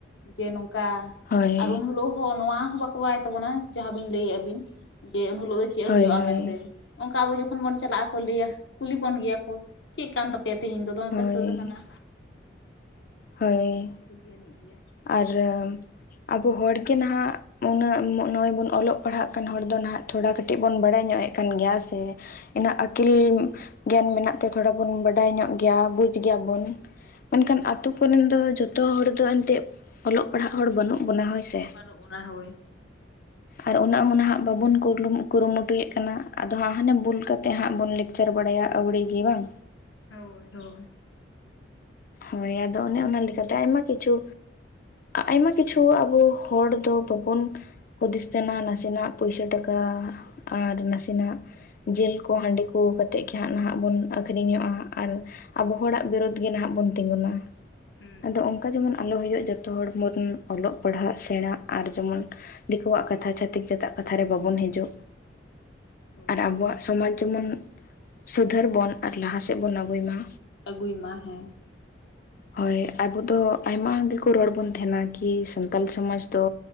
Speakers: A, on the left; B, on the left.
A: ᱡᱮ ᱱᱚᱝᱠᱟ᱾
B: ᱦᱳᱭ
A: ᱟᱨ ᱩᱱ ᱦᱤᱞᱳᱜ ᱦᱚᱸ ᱱᱚᱣᱟ ᱦᱚᱸ ᱵᱟᱠᱚ ᱵᱟᱲᱟᱭ ᱛᱟᱵᱚᱱᱟ ᱡᱟᱦᱟᱸ ᱵᱤᱱ ᱞᱟᱹᱭᱮᱫ-ᱟ ᱵᱤᱱ ᱡᱮ ᱩᱱ ᱦᱤᱞᱳᱜ᱾ ᱪᱮᱫ
B: ᱦᱳᱭ
A: ᱦᱩᱭᱩᱜ-ᱟ
B: ᱦᱳᱭ
A: ᱢᱮᱱᱛᱮ ᱚᱱᱠᱟ ᱟᱵᱚ ᱡᱚᱠᱷᱚᱱ ᱵᱚᱱ ᱪᱟᱞᱟᱜᱼᱟ ᱞᱟᱹᱭᱟ ᱠᱩᱞᱤ ᱵᱚᱱ ᱜᱮᱭᱟ ᱠᱚ ᱪᱮᱫ ᱠᱟᱱ ᱛᱟᱯᱮ᱾ ᱯᱮ ᱛᱮᱦᱤᱧ ᱫᱚ ᱫᱚᱢᱮ
B: ᱦᱳᱭ
A: ᱯᱮ ᱥᱟᱹᱛ ᱟᱠᱟᱱᱟ᱾
B: ᱦᱳᱭ᱾
A: ᱠᱩᱞᱤᱭᱟᱹᱱᱤᱡ ᱜᱮᱭᱟ᱾
B: ᱟᱨ᱾ ᱟᱵᱚ ᱦᱚᱲ ᱜᱮ ᱱᱟᱦᱟᱜ ᱩᱱᱟᱹᱜ ᱱᱚᱜ-ᱚᱭ ᱵᱚᱱ ᱚᱞᱚᱜ ᱯᱟᱲᱦᱟᱜ ᱠᱟᱱ ᱦᱚᱲ ᱫᱚ ᱱᱟᱦᱟᱜ ᱛᱷᱚᱲᱟ ᱠᱟᱹᱴᱤᱡ ᱵᱚᱱ ᱵᱟᱲᱟᱭ ᱧᱚᱜ ᱮᱡ᱾ ᱠᱟᱱ ᱜᱮᱭᱟ ᱥᱮ ᱤᱱᱟᱹᱜ
A: ᱦᱩᱸ
B: ᱟᱹᱠᱤᱞ᱾ ᱜᱮᱭᱟᱱ ᱢᱮᱱᱟᱜ ᱛᱮ ᱛᱷᱚᱲᱟ ᱵᱚᱱ ᱵᱟᱰᱟᱭ ᱧᱚᱜ ᱜᱮᱭᱟ ᱵᱩᱡ ᱜᱮᱭᱟ ᱵᱚᱱ᱾ ᱢᱮᱱᱠᱷᱟᱱ ᱟᱛᱳ ᱠᱚ ᱨᱮᱱ ᱫᱚ ᱡᱚᱛᱚ ᱦᱚᱲ ᱫᱚ ᱮᱱᱛᱮᱫ ᱚᱞᱚᱜ ᱯᱟᱲᱦᱟᱜ ᱦᱚᱲ ᱵᱟᱹᱱᱩᱜ ᱵᱚᱱᱟ ᱦᱳᱭ᱾ ᱥᱮ
A: ᱢᱟᱱᱩᱜ ᱵᱚᱱᱟ ᱦᱚᱸᱭ
B: ᱟᱨ ᱩᱱᱟᱹᱜ ᱦᱚᱸ ᱱᱟᱦᱟᱜ ᱵᱟᱵᱚᱱ ᱠᱩᱨᱞᱩ ᱠᱩᱨᱩᱢᱩᱴᱩᱭᱮᱫ ᱠᱟᱱᱟ ᱟᱫᱚ ᱦᱟᱸᱜ ᱦᱟᱱᱮ ᱵᱷᱩᱞ ᱠᱟᱛᱮᱫ ᱦᱟᱸᱜ ᱵᱚᱱ ᱞᱟᱹᱠ ᱪᱟᱨ ᱵᱟᱚᱲᱟᱭ ᱟᱣᱲᱤ ᱜᱮ ᱵᱟᱝ
A: ᱦᱳᱭ ᱦᱳᱭ
B: ᱦᱳᱭ ᱟᱫᱚ ᱚᱱᱮ ᱚᱱᱟ ᱞᱮᱠᱟ ᱛᱮ ᱟᱭᱢᱟ ᱠᱤᱪᱷᱩ ᱟᱭᱢᱟ ᱠᱤᱪᱷᱩ ᱟᱵᱚ ᱦᱚᱲ ᱫᱚ ᱵᱟᱵᱚᱱ ᱦᱩᱫᱤᱥ ᱛᱮᱱᱟ ᱱᱟᱥᱮᱱᱟᱜ ᱯᱩᱭᱥᱟ ᱴᱟᱠᱟ ᱟᱨ ᱱᱟᱥᱮᱱᱟᱜ ᱡᱤᱞ ᱠᱚ ᱦᱟᱺᱰᱤ ᱠᱚ ᱠᱟᱛᱮᱫ ᱜᱮ ᱦᱟᱸᱜ ᱱᱟᱦᱟᱜ ᱵᱚᱱ ᱟᱹᱠᱷᱨᱤᱧᱚᱜᱼᱟ ᱟᱨ ᱟᱵᱚ ᱦᱚᱲᱟᱜ ᱵᱤᱨᱳᱫ ᱜᱮ ᱱᱟᱦᱟᱜ ᱵᱚᱱ ᱛᱤᱸᱜᱩᱱᱟ
A: ᱦᱩᱸ
B: ᱟᱫᱚ ᱚᱱᱠᱟ ᱡᱮᱢᱚᱱ ᱟᱞᱚ ᱦᱩᱭᱩᱜ ᱡᱚᱛᱚ ᱦᱚᱲ ᱵᱚᱱ ᱚᱞᱚᱜ ᱯᱟᱲᱦᱟᱜ ᱥᱮᱬᱟ ᱟᱨ ᱡᱮᱢᱚᱱ᱾ ᱫᱤᱠᱩᱣᱟᱜ ᱠᱟᱛᱷᱟ ᱪᱷᱟᱛᱤᱠ ᱡᱟᱹᱛᱟᱜ ᱠᱟᱛᱷᱟ ᱨᱮ ᱵᱟᱵᱚᱱ ᱦᱤᱡᱩᱜ
A: ᱦᱳᱭ
B: ᱟᱨ ᱟᱵᱚᱣᱟᱜ ᱥᱚᱢᱟᱡ ᱡᱮᱢᱚᱱ ᱥᱩᱫᱷᱟᱹᱨ ᱵᱚᱱ ᱟᱨ ᱞᱟᱦᱟ ᱥᱮᱫ ᱵᱚᱱ ᱟᱜᱩᱭ ᱢᱟ
A: ᱟᱹᱜᱩᱭ ᱢᱟ ᱦᱮᱸ
B: ᱦᱳᱭ ᱟᱵᱚ ᱫᱚ ᱟᱭᱢᱟ ᱜᱮᱠᱚ ᱨᱚᱲ ᱵᱚᱱ ᱛᱟᱦᱮᱱᱟ ᱠᱤ ᱥᱟᱱᱛᱟᱞ ᱥᱚᱢᱟᱡᱽ ᱫᱚ